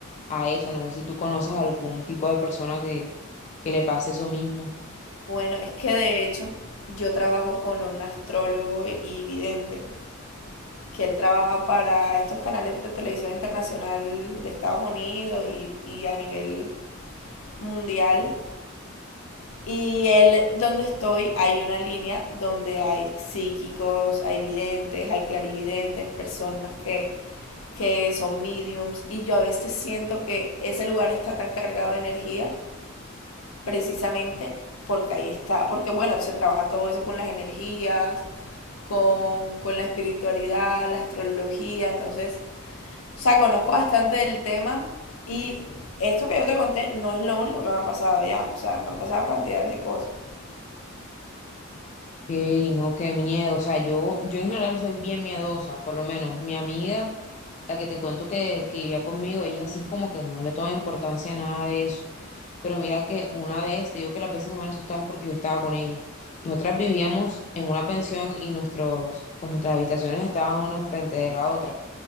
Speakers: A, on the left (about 35°); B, on the left (about 70°).
A: a eso, no sé si tú conoces a algún tipo de persona que, que le pase eso mismo.
B: Bueno, es que de hecho yo trabajo con un astrólogo y vidente, que él trabaja para estos canales de televisión internacional de Estados Unidos y, y a nivel mundial Y él, donde estoy, hay una línea donde hay psíquicos, hay videntes, hay clarividentes, personas que, que son mediums. Y yo a veces siento que ese lugar está tan cargado de energías, precisamente porque ahí está. Porque bueno, se trabaja todo eso con las energías, con, con la espiritualidad, la astrología. Entonces, o sea, conozco bastante del tema. Y esto que yo te conté no es lo único que me ha pasado ya. O sea, me han pasado cantidades de cosas.
A: y no, qué miedo. O sea, yo, yo en general soy bien miedosa, por lo menos mi amiga, la que te cuento que, que vivía conmigo, ella sí es como que no le toma importancia a nada de eso. Pero mira que una vez, te digo que las veces que me han asustado es porque yo estaba con ella. Nosotras vivíamos en una pensión y nuestros, pues nuestras habitaciones estaban una enfrente de la otra.